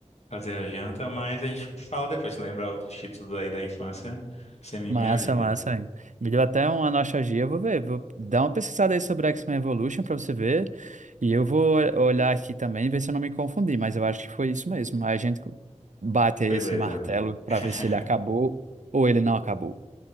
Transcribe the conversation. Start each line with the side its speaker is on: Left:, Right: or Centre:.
Left: fazer a janta, mas a gente fala depois. Se lembrar outros títulos aí da infância, você me
Right: Massa,
Left: minha vida.
Right: massa, hein? Me deu até uma nostalgia. Eu vou ver, vou dar uma pesquisada aí sobre X-Men Evolution pra você ver. E eu vou olhar aqui também, e ver se eu não me confundi, mas eu acho que foi isso mesmo. Aí a gente bate aí
Left: Beleza,
Right: esse martelo
Left: amigo.
Right: pra
Left: <laughs>
Right: ver se ele acabou ou ele não acabou.